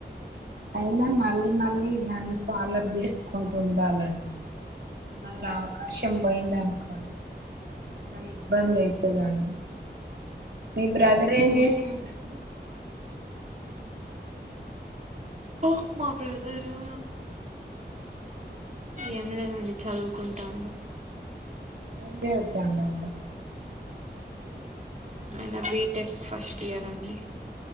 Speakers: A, on the right; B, on the right.
A: అయినా మళ్ళీ మళ్ళీ దాన్ని ఫాలో అప్ చేస్త స్క్ కుంటుండాలండి మళ్ళా రోషం బోయిదనుకో కోండి మరి ఇబ్బంది అయితాదండి మీ బ్రదర్ ఏం
B: ఓకే.
A: చేస్తాడండి
B: ఓ మా బ్రదరు ఏం లేదండి చదువుకుంటాన్నాం
A: ఏం జెస్తావందవండి
B: అన్న బీటెక్ ఫస్ట్ ఇయర్ అండి